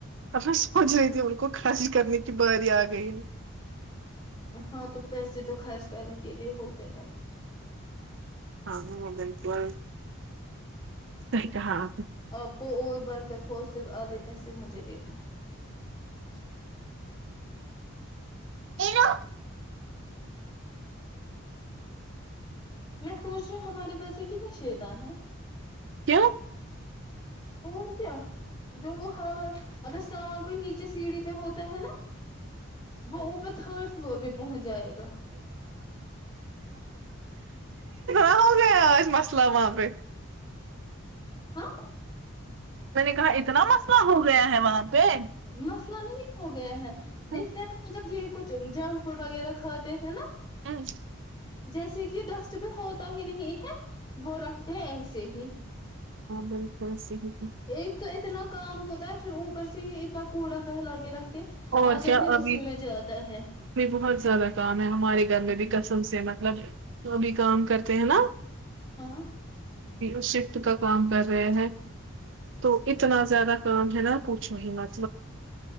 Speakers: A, on the right; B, on the left.
A: ت پھر پہنچ رہی تھی ان کو خالی کرنے کی باری آ گئی ہے
B: ہاں تو پیسے تو خرچ کرنے کے لیے ہوتے ہیں
A: ہاں ہاں بالکل سحییک ہاں
B: آپ کو اور بھی برکت ہو پھر آدھے پیسے مجھے دے دو
A: ایرو
B: میں پوچ رہا ہوں ہمارے بچے کتنے شیطان ہیں
A: کی
B: اور کیا جو وہ حالات اگر سامان کوئی نیچے سیڑھی پہ ہوتا ہے نا ب پ تھوڑ فلور پہ پہنچ جائے گا
A: کہ گیاس مسلہ وہاںپ
B: ہاں
A: میں نے کہا اتنا مسئلہ ہو گیا ہے وہاں پہ
B: مسئلہ نہیں ہو گیا ہے دیکھتا
A: ہاں
B: ہے نا مطلب یہ کچھ چلو جنک فوڈ وغیرہ کھاتے ہیں نا
A: ہاں
B: جیسے کہ ڈسٹ بن ہوتا ہی نہیں ہے وہ رکھتے ہیں ایسے ہی
A: ب پل س ت
B: ایک تو اتنا کام ہوتا ہے پھر اوپر سے ہی اتنا کوڑا فہلا کے رکھتا
A: اور
B: آدھا
A: کیا
B: دن
A: ابھی
B: اسی میں جاتا ہے
A: بہت زیادہ کام ہے ہمارے گھر میں بھی کس سے مطلب توب کام کرتے ہیں نا
B: ہاں
A: شفٹ کا کام کر رہے ہیں تو اتنا زیادہ کام ہے نا پچھو ہی نہ